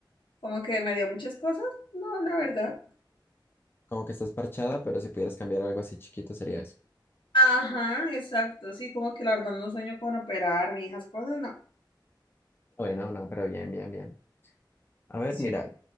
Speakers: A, on the left (about 80°); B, on the left (about 25°).
A: como que me dio muchas cosas. No, la verdad.
B: Como que estás parchada, pero si pudieras cambiar algo así chiquito sería eso.
A: Ajá, exacto. Sí, como que la verdad no sueño con operar y esas cosas, no.
B: Bueno, no, no, pero bien, bien, bien. A ver,
A: Sí.
B: mira,